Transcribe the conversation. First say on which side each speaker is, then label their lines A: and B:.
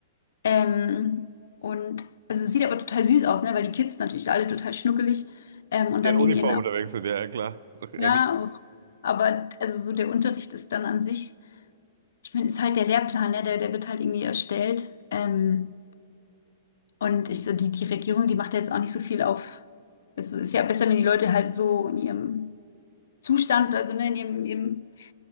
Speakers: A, on the left; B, on the right.
A: Ähm, und also es sieht aber total süß aus, ne? Weil die Kids natürlich alle total schnuckelig ähm, und
B: Ja,
A: dann
B: in Uniform
A: in ihren Augen.
B: unterwegs sind, ja, ja, klar. Ähnlich.
A: Ja, auch. Aber also so der Unterricht ist dann an sich, ich meine, ist halt der Lehrplan, ne? Der, der wird halt irgendwie erstellt. Ähm, und ich so, die, die Regierung, die macht ja jetzt auch nicht so viel auf. Also ist ja besser, wenn die Leute halt so in ihrem Zustand, also ne, in ihrem, ihrem